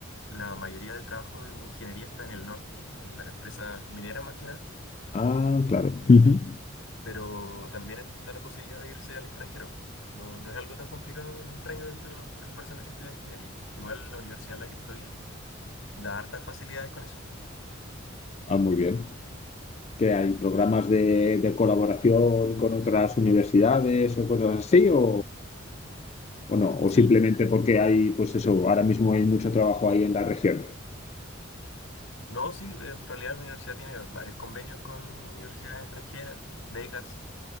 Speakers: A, on the left (about 80°); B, on the left (about 30°).
A: la mayoría de trabajo en ingeniería está en el norte, en las empresas mineras más que nada,
B: Ah, claro. Ujú.
A: pero también está la posibilidad de irse al extranjero. No, no es algo tan complicado ni extraño dentro de las personas que estudian ingeniería. Igual la universidad en la que estoy da hartas facilidades con eso.
B: Ah, muy bien. que hay programas de, de colaboración con otras universidades o cosas así, o, o no, o
A: Sí,
B: simplemente porque hay, pues eso, ahora mismo hay mucho trabajo ahí en la región.
A: No, sí, en realidad mi universidad tiene varios convenios con universidades extranjeras, becas